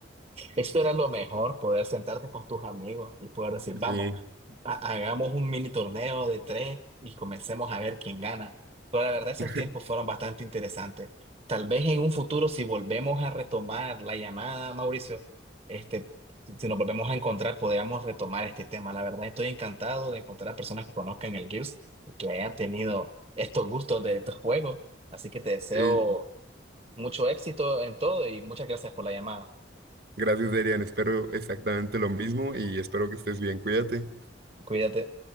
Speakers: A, on the right (about 30°); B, on the right (about 55°).
A: Esto era lo mejor, poder sentarte con tus amigos y poder decir, vamos.
B: Sí.
A: ha- hagamos un mini torneo de tres y comencemos a ver quién gana. Pero la verdad, esos
B: <laughs>
A: tiempos fueron bastante interesantes. Tal vez en un futuro, si volvemos a retomar la llamada, Mauricio, este, si nos volvemos a encontrar, podríamos retomar este tema. La verdad, estoy encantado de encontrar a personas que conozcan el Gears y que hayan tenido estos gustos de estos juegos. Así que te deseo
B: Sí,
A: mucho éxito en todo y muchas gracias por la llamada.
B: Gracias, Darian. Espero exactamente lo mismo y espero que estés bien. Cuídate.
A: Cuídate.